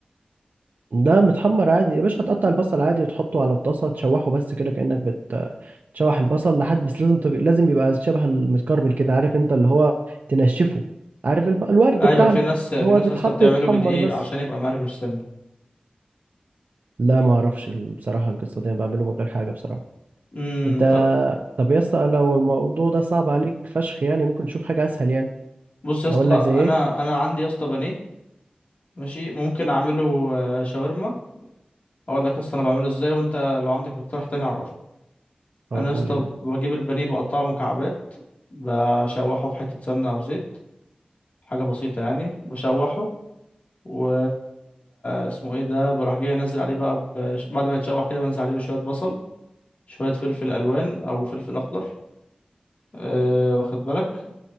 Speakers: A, on the right (about 80°); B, on the left (about 55°).
A: ده متحمر عادي يا باشا هتقطع البصل عادي وتحطه على الطاسة تشوحه بس كده كأنك بتشوح البصل لحد بس لازم تبقى لازم يبقى شبه المتكرمل كده عارف انت اللي هو تنشفه عارف الب... الورد
B: ايوه
A: بتاعنا
B: في ناس في
A: هو
B: ناس
A: بيتحط
B: يا اسطى بتعمله
A: يتحمر
B: بدقيق
A: بس
B: عشان يبقى مقرمش سنه
A: لا ما اعرفش ال- بصراحة القصة دي انا بعمله من غير حاجة بصراحة
B: امم
A: انت
B: طب
A: طب يا اسطى لو الموضوع ده صعب عليك فشخ يعني ممكن نشوف حاجة اسهل يعني
B: بص يا اسطى
A: اقول لك زي
B: انا
A: ايه
B: انا عندي يا اسطى بانيه ماشي ممكن اعمله آه، شاورما اقول لك يا اسطى انا بعمله ازاي وانت لو عندك اقتراح تاني عرفني
A: اه
B: انا يا
A: قول
B: اسطى
A: يا حبيبي
B: بجيب البانيه بقطعه مكعبات بشوحه في حته سمنه او زيت حاجه بسيطه يعني بشوحه و اسمه ايه ده بروح جاي انزل عليه بقى بش... بعد ما يتشوح كده بنزل عليه بشويه بصل شويه فلفل الوان او فلفل اخضر أه واخد بالك